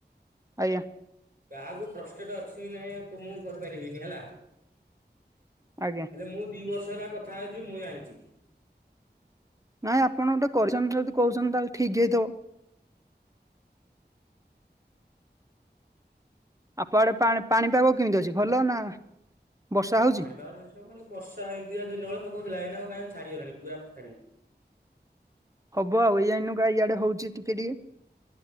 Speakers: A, on the right (about 20°); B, on the right (about 55°).
A: ଆଜ୍ଞା
B: କାହାକୁ ଟ୍ରଷ୍ଟେଡ ଅଛି ବି ନାହିଁ ମୁଁ କହିପାରିବିନି ହେଲା
A: ଆଜ୍ଞା
B: ହେଲେ ମୁଁ ଦି ବର୍ଷ ହେଲା କଥା ହେଇଛି ମୁଁ ଜଣିଛି।
A: ନାଇଁ ଆପଣ ଗୋଟେ କରିଛନ୍ତି ଯଦି କହୁଛନ୍ତି ତାହେଲେ ଠିକ୍ ହେଇଥବ। ଆପ ଆଡେ ପାଣି ପାଣିପାଗ କେମିତି ଅଛି ଭଲ ନା? ବର୍ଷା
B: ଆଉ
A: ହଉଛି?
B: ପାଣିପାଗ ସମିତିସବୁ ଖାଲି ବର୍ଷା ଦିଆ ଦିନ ବେଳ ପକାଉଥିଲା କହିଁ ଛାଡିଗଲାଣି ପୁରା ଛା
A: ହବ ଆଉ ଏଇଆଇନୁ ଇଆଡେ ହଉଛି ଟିକେ ଟିକେ